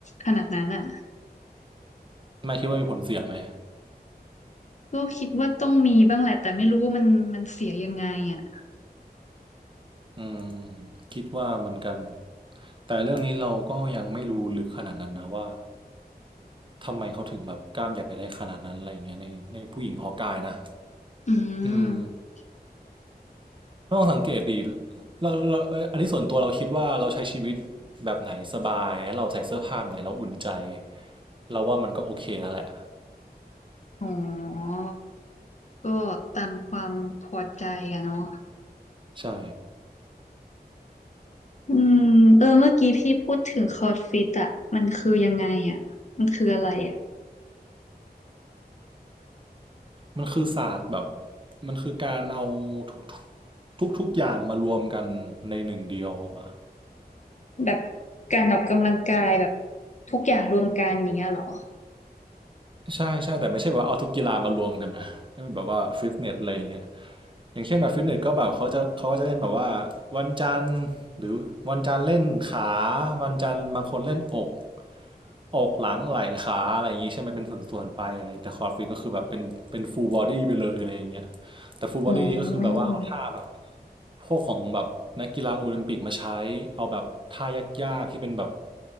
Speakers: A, on the left; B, on the right.
A: ขนาดนั้นอ่ะ
B: ไม่คิดว่ามีผลเสียไหม
A: ก็คิดว่าต้องมีบ้างแหละแต่ไม่รู้ว่ามันมันเสียยังไงอ่ะ
B: อืมคิดว่าเหมือนกัน แต่เรื่องนี้เราก็ยังไม่รู้ลึกขนาดนั้นนะว่าทำไมเขาถึงแบบกล้ามใหญ่ได้ขนาดนั้นอะไรอย่างเงี้ยในในผู้หญิงฮอกอายนะ
A: อื
B: อืม
A: ม
B: ลองสังเกตดีเราเราเอ้ยอันนี้ส่วนตัวเราคิดว่าเราใช้ชีวิตแบบไหนสบายเราใส่เสื้อผ้าแบบไหนเราอุ่นใจเราว่ามันก็โอเคแล้วแหละ
A: อ๋อก็ตามความพอใจอะเนาะ
B: ใช่
A: อืมเออเมื่อกี้พี่พูดถึงคอร์สฟิตอะมันคือยังไงอะมันคืออะไรอะ
B: มันคือศาสตร์แบบมันคือการเอาทุกทุกทุกๆอย่างมารวมกันในหนึ่งเดียวอะ
A: แบบการออกกำลังกายแบบทุกอย่างรวมกันอย่างเงี้ยเหรอ
B: ใช่ใช่แต่ไม่ใช่แบบว่าเอาทุกกีฬามารวมกันนะแบบว่าฟิตเนสอะไรอย่างเงี้ย อย่างเช่นแบบฟิตเนสก็แบบเขาจะเขาก็จะเล่นแบบว่าวันจันทร์หรือวันจันทร์เล่นขาวันจันทร์บางคนเล่นอกอกหลังไหล่ขาอะไรอย่างนี้ใช่ไหมเป็นส่วนๆไปอะไรแต่คอร์ดฟิตก็คือแบบเป็นเป็นฟูลบอดี้ไปเลยอะไรอย่างเงี้ยแต่ฟูลบอดี้นี้ก็คือแบบว่าเอาท่าแบบ
A: อืม
B: พวกของแบบนักกีฬาโอลิมปิกมาใช้เอาแบบท่ายากๆที่เป็นแบบ